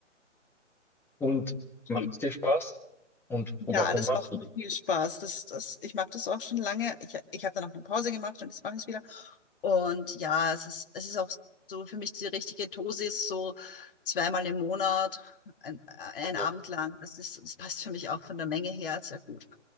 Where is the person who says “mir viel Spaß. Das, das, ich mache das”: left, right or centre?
Left